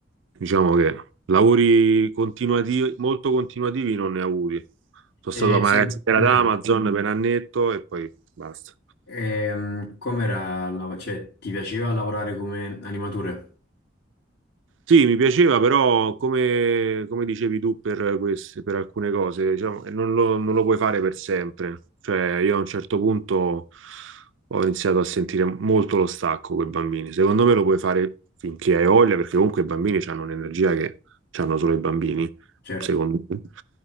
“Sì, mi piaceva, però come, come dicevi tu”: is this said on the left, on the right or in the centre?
Right